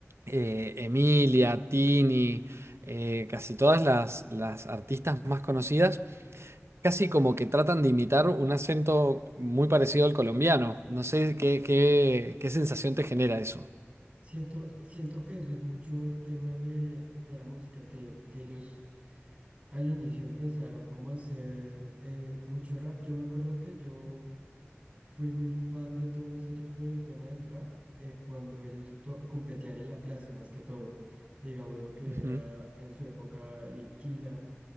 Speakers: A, on the right; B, on the right.
A: eh, Emilia, Tini, eh, casi todas las, las artistas más conocidas, casi como que tratan de imitar un acento muy parecido al colombiano. No sé qué, qué, qué sensación te genera eso.
B: Siento, siento que eso es mucho el tema de, de la música, que, que ellos Al inicio empezaron como a hacer eh, mucho rap. Yo me acuerdo que yo fui muy fan de todos ellos por el tema del rap, eh, cuando ellos to- competían en la plaza, más que todo. Digamos lo que
A: Ujú.
B: era en su época Litquila,